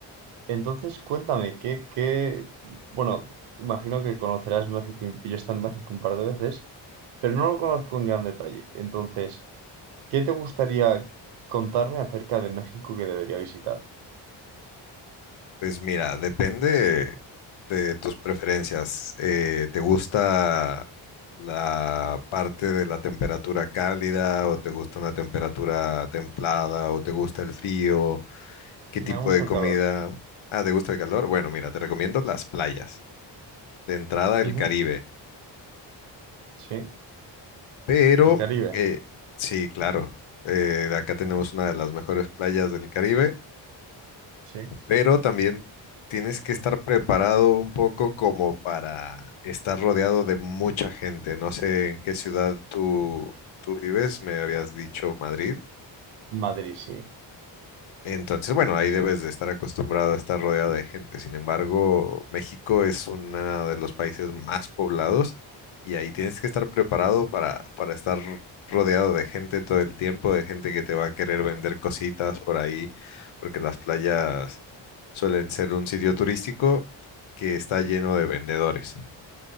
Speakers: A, on the right; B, on the left.
A: Entonces, cuéntame, ¿qué, qué... Bueno, imagino que conocerás México, y yo he estado en México un par de veces, pero no lo conozco en gran detalle. Entonces, ¿qué te gustaría contarme acerca de México que debería visitar?
B: Pues mira, depende de tus preferencias. Eh, ¿te gusta la parte de la temperatura cálida o te gusta una temperatura templada o te gusta el frío? ¿Qué tipo
A: Me gusta
B: de
A: el
B: comida?
A: calor.
B: Ah, ¿te gusta el calor? Bueno, mira, te recomiendo las playas. De entrada,
A: Ujú,
B: el Caribe.
A: Sí,
B: Pero,
A: el Caribe.
B: eh, sí, claro, eh, acá tenemos una de las mejores playas del Caribe
A: Sí,
B: pero también tienes que estar preparado un poco como para estar rodeado de mucha gente. No sé en qué ciudad tú, tú vives, me habías dicho Madrid.
A: Madrid, sí.
B: Entonces, bueno, ahí
A: Sí,
B: debes de estar acostumbrado a estar rodeado de gente. Sin embargo, México es uno de los países más poblados y ahí tienes que estar preparado para, para estar rodeado de gente todo el tiempo, de gente que te va a querer vender cositas por ahí, porque las playas suelen ser un sitio turístico que está lleno de vendedores.